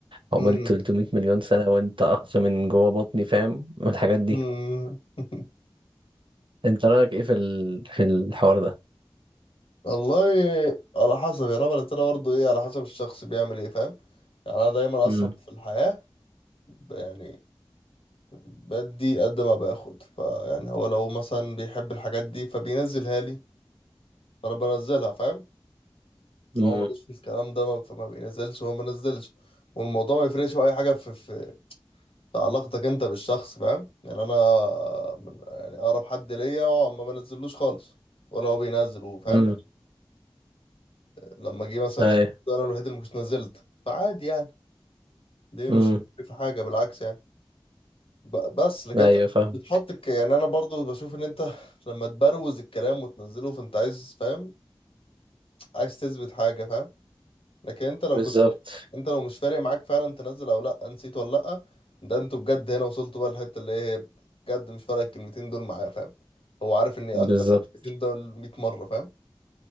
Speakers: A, on the right; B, on the left.
A: عقبال
B: مم.
A: 300 مليون سنه وانت اقصى من جوه بطني فاهم والحاجات دي
B: مم. <laughs>
A: انت رايك ايه في ال... في الحوار ده
B: والله على حسب يا رب انا بلتنا برضه ايه على حسب الشخص بيعمل ايه فاهم يعني انا دايما
A: امم
B: اصلا في الحياة ب- يعني بدي قد ما باخد فيعني هو لو مثلا بيحب الحاجات دي فبينزلها لي فانا بنزلها فاهم
A: امم
B: هو ملوش في الكلام ده ما- فما بينزلش وما بنزلش والموضوع ما يفرقش في اي حاجة في, في علاقتك انت بالشخص فاهم يعني انا من يعني اقرب حد ليا هو ما بنزلوش خالص ولا هو بينزل وفاهم
A: امم
B: لما جه مثلا
A: ايوه
B: انت- انا الوحيد اللي مش نزلت فعادي يعني دي
A: امم
B: مش هتفرق في حاجه بالعكس يعني ب- بس لكن
A: ايوه
B: انت
A: فاهم
B: بتحط الك- يعني انا برضو بشوف ان انت لما تبروز الكلام وتنزله فانت عايز فاهم عايز تثبت حاجه فاهم لكن انت لو
A: بالظبط
B: كنت انت لو مش فارق معاك فعلا تنزل او لا نسيت ولا لا ده انتوا بجد هنا وصلتوا بقى الحته اللي هي بجد مش فارق الكلمتين دول معاه فاهم هو عارف ان اكتر
A: بالظبط
B: من الكلمتين دول 100 مره فاهم